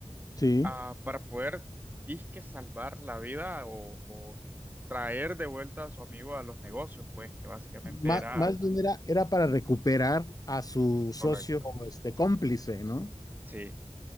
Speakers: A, on the left; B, on the right.
A: sí.
B: ah, para poder, disque, salvar la vida o, o traer de vuelta a su amigo a los negocios, pues, que básicamente
A: Ma-
B: era
A: más bien era, era para recuperar a su socio,
B: correcto.
A: este, cómplice, ¿no?
B: Sí,